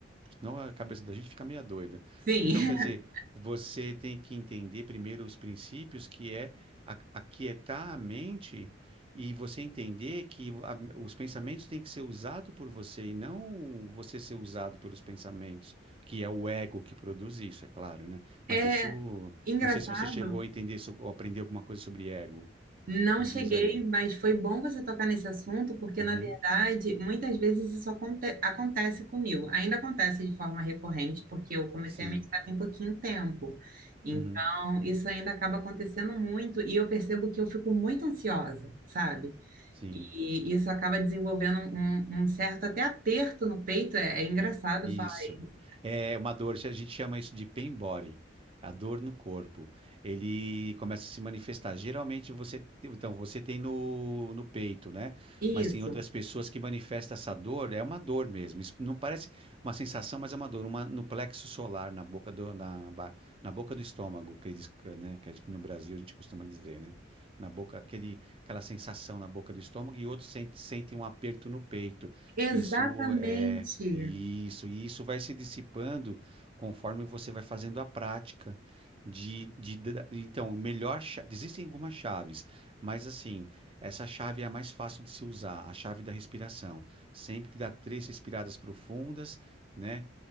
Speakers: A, on the right; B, on the right.
A: Senão a cabeça da gente fica meio doida.
B: sim,
A: Então, quer
B: <laughs>
A: dizer, você tem que entender primeiro os princípios, que é a- aquietar a mente e você entender que a- os pensamentos têm que ser usados por você e não você ser usado pelos pensamentos, que é o ego que produz isso, é claro, né?
B: é
A: Mas isso,
B: engraçado
A: não sei se você chegou a entender so- ou aprender alguma coisa sobre ego.
B: Não
A: Me
B: cheguei,
A: diz aí.
B: mas foi bom você tocar nesse assunto, porque,
A: Uhum.
B: na verdade, muitas vezes isso aconte- acontece comigo. Ainda acontece de forma recorrente, porque eu comecei
A: Sim.
B: a meditar tem pouquinho tempo. Então,
A: Uhum.
B: isso ainda acaba acontecendo muito e eu percebo que eu fico muito ansiosa, sabe?
A: Sim.
B: E isso acaba desenvolvendo um, um certo até aperto no peito. É, é engraçado
A: Isso.
B: falar isso.
A: É uma dor, a gente chama isso de pain body, a dor no corpo. Ele começa a se manifestar. Geralmente você, então você tem no, no peito, né?
B: Isso,
A: Mas tem outras pessoas que manifestam essa dor, é uma dor mesmo. Isso não parece uma sensação, mas é uma dor, uma no plexo solar, na boca do, na, ba- na boca do estômago, que eles, né, que aqui no Brasil a gente costuma dizer, né? Na boca, aquele, aquela sensação na boca do estômago e outros sentem, sentem um aperto no peito.
B: Exatamente.
A: Isso é isso, e isso vai se dissipando conforme você vai fazendo a prática de, de, da- então, melhor, cha- existem algumas chaves, mas assim, essa chave é a mais fácil de se usar, a chave da respiração. Sempre dá três respiradas profundas, né?